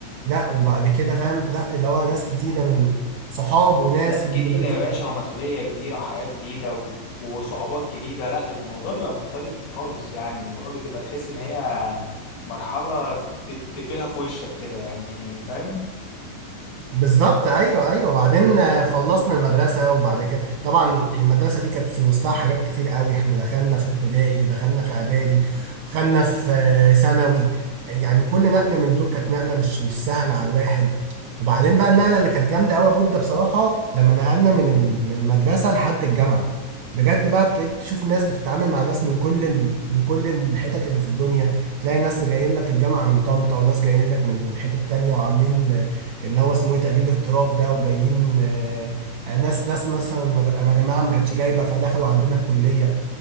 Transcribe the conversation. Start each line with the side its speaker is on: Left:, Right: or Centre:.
Right: لا وبعد كده فاهم لا اللي هو ناس جديدة من صحاب وناس
Left: ناس جديده
Right: ومدرسين
Left: يا باشا ومسؤوليه جديده وحياه جديده و... وصعوبات جديده لا الموضوع بيبقى مختلف خالص يعني الموضوع بتبقى تحس ان هي مرحله ت- تقبلها في وشك كده يعني فاهم
Right: بالظبط ايوه ايوه بعدين آه، خلصنا المدرسه وبعد كده طبعا المدرسه دي كانت في وسطها حاجات كتير قوي احنا دخلنا في ابتدائي ودخلنا في اعدادي ودخلنا في آه، ثانوي يعني كل نقله من دول كانت نقله مش مش سهله على الواحد وبعدين بقى النقله اللي كانت جامده قوي بود بصراحه لما نقلنا من ال- من المدرسه لحد الجامعه بجد بقى ابتديت تشوف ناس بتتعامل مع ناس من كل ال... من كل الحتت اللي في الدنيا تلاقي ناس جايين لك الجامعه من طنطا وناس جايين لك من حتت تانية وعاملين اللي هو اسمه ايه تقليل اضطراب ده وجايين آه، آه، ناس ناس مثلا مج- جماعه ما كانتش جايبه فدخلوا عندنا الكليه